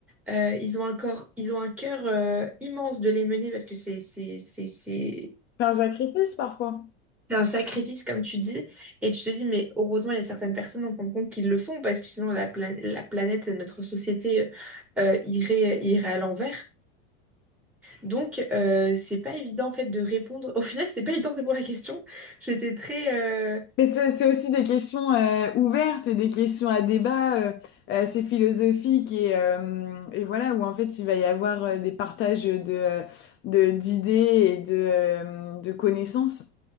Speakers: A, in the centre; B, on the left.
A: Euh, ils ont un corps, ils ont un cœur euh, immense de les mener parce que c'est c'est c'est c'est
B: Enfin, Jacques parfois.
A: c'est un sacrifice comme tu dis et tu te dis mais heureusement il y a certaines personnes en fin de compte qui le font parce que sinon la, pla- la planète notre société euh, euh, irait irait à l'envers donc euh, c'est pas évident en fait de répondre au final c'est pas évident de répondre à la question j'étais très euh,
B: Mais c'est c'est aussi des questions euh, ouvertes, et des questions à débat, euh, assez philosophiques et, euh, et voilà, où en fait il va y avoir euh, des partages de, euh, de, d'idées et de, euh, de connaissances.